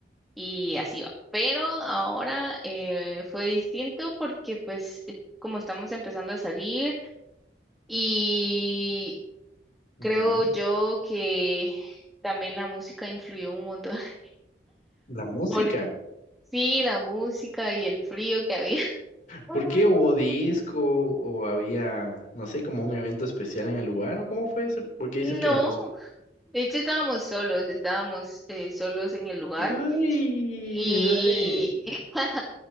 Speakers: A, in the centre; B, on the left.
A: y así va. Pero ahora eh, fue distinto porque pues eh, como estamos empezando a salir, y
B: Ujú.
A: Creo yo que también la música influyó un montón. <laughs>
B: La música.
A: Por sí, la música y el frío que había. <laughs>
B: ¿Por qué hubo disco o había, no sé, como un evento especial en el lugar o cómo fue eso? ¿Por qué
A: No,
B: dices que la música?
A: de hecho estábamos solos, estábamos eh, solos en el lugar.
B: Uy,
A: Y,
B: ay.
A: <laughs>